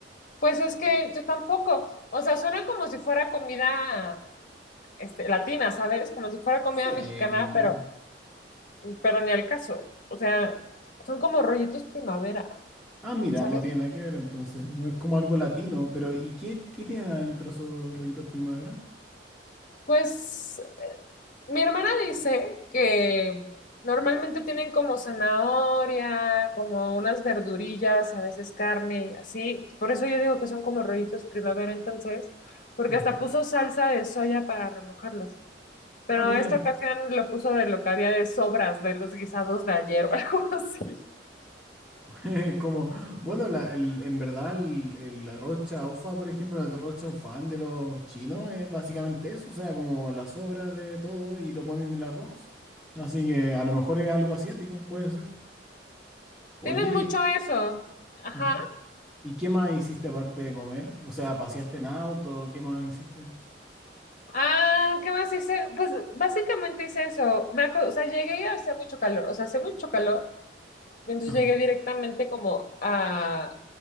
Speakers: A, on the left; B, in the centre.
A: Pues es que yo tampoco. O sea, suena como si fuera comida este, latina, ¿sabes? Como si fuera
B: No
A: comida mexicana,
B: como-
A: pero, pero ni al caso. O sea, son como rollitos primavera,
B: Ah, mira,
A: ¿sabes?
B: no tiene nada que ver entonces. No es como algo latino, pero ¿y qué, qué tiene adentro esos rollitos primavera?
A: Pues Mi hermana dice que normalmente tienen como zanahoria, como unas verdurillas, a veces carne, así. Por eso yo digo que son como rollitos primavera entonces, porque
B: Ajá.
A: hasta puso salsa de soya para remojarlos. Pero
B: Ah, mira,
A: esta ocasión lo puso de lo que había de sobras de los guisados de ayer o <laughs> algo así.
B: <laughs> Como, bueno, la- el- en verdad el, el- la rocha chaufa, por ejemplo, el arroz chaufán de los chinos es básicamente eso, o sea, como la sobra de todo y lo ponen en el arroz. Así que a lo mejor es algo asiático, puede ser. Oye,
A: Tienen mucho eso. Ajá.
B: ujú, ¿y qué más hiciste aparte de comer? O sea, ¿paseaste en auto? ¿Qué más hiciste?
A: Ah, ¿qué más hice? Pues básicamente hice eso. Me acu- o sea, llegué y hacía mucho calor. O sea, hacía mucho calor. Entonces
B: Ajá.
A: llegué directamente como a,